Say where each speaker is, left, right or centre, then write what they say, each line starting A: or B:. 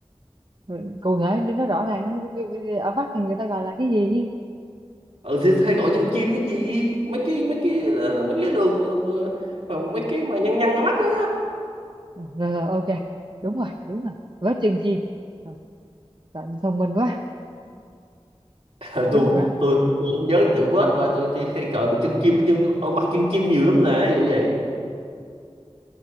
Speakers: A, on the right (about 45°); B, on the right (about 70°).
A: Ừ, cụ thể đi nó rõ ràng Cái- cái- cái- ở Bắc thì người ta gọi là cái gì ý?
B: ừ thì hay gọi chân chim cái gì mấy cái mấy cái là- là mấy cái đường mà, mà, mà mấy cái mà nhăn nhăn ở mắt á
A: Rồi, rồi, ok đúng rồi đúng rồi vớ chừng gì Rồi, bạn thông minh quá
B: Ờ, tôi
A: đúng rồi đó
B: tôi tôi không nhớ tự vết và tôi chỉ hay gọi bằng chân chim nhưng ở mặt chân chim nhiều lắm nè ví dụ vậy